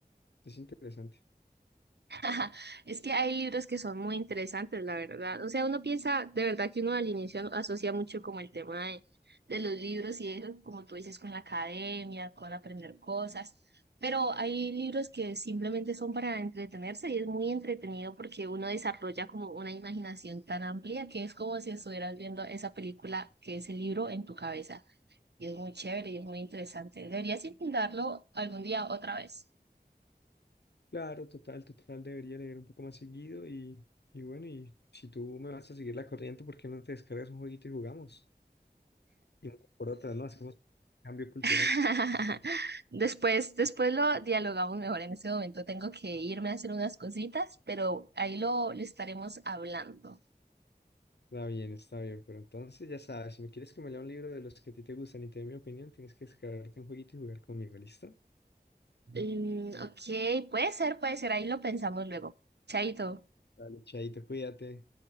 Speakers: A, on the left; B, on the right.
A: Es interesante.
B: <laughs> Ajá, Es que hay libros que son muy interesantes, la verdad. O sea, uno piensa, de verdad que uno al inicio asocia mucho como el tema de, de los libros y eso, como tú dices, con la academia, con aprender cosas. Pero hay libros que simplemente son para entretenerse y es muy entretenido porque uno desarrolla como una imaginación tan amplia que es como si estuvieras viendo esa película que es el libro en tu cabeza. Y es muy chévere y es muy interesante. Deberías intentarlo algún día otra vez.
A: Claro, total, total, debería leer un poco más seguido y, y bueno, y si tú me vas a seguir la corriente, ¿por qué no te descargas un jueguito y jugamos? Y por otra, ¿no? Hacemos cambio cultural.
B: <laughs> Después, después lo dialogamos mejor. En este momento tengo que irme a hacer unas cositas, pero ahí lo, lo estaremos hablando.
A: Está bien, está bien, pero entonces ya sabes, si me quieres que me lea un libro de los que a ti te gustan y te dé mi opinión, tienes que descargarte un jueguito y jugar conmigo, ¿listo?
B: Mm, ok, puede ser, puede ser. Ahí lo pensamos luego. Chaito.
A: Dale, chaito, cuídate.